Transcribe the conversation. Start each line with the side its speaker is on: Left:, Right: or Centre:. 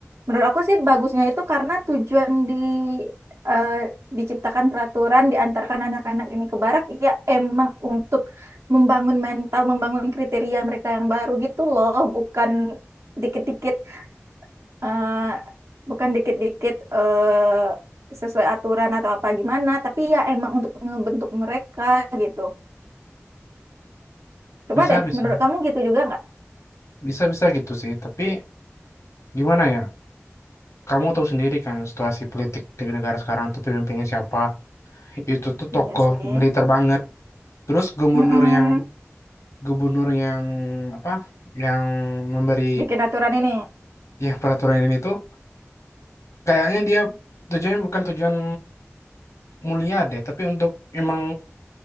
Right: Menurut aku sih bagusnya itu karena tujuan di eh, diciptakan peraturan diantarkan anak-anak ini ke barak ya emang untuk membangun mental, membangun kriteria mereka yang baru gitu loh, bukan dikit-dikit eh, bukan dikit-dikit eh, sesuai aturan atau apa gimana, tapi ya emang untuk ngebentuk mereka gitu. Coba
Left: Bisa
Right: deh,
Left: bisa.
Right: menurut kamu gitu juga nggak?
Left: Bisa bisa gitu sih, tapi gimana ya, kamu tahu sendiri kan situasi politik di negara sekarang tuh pemimpinnya siapa, itu tuh tokoh
Right: Iya sih.
Left: militer banget. Terus gubernur
Right: Mm-mm.
Left: yang gubernur yang apa, yang memberi
Right: Bikin aturan ini.
Left: ya peraturan ini tuh kayaknya dia tujuannya bukan tujuan mulia deh, tapi untuk emang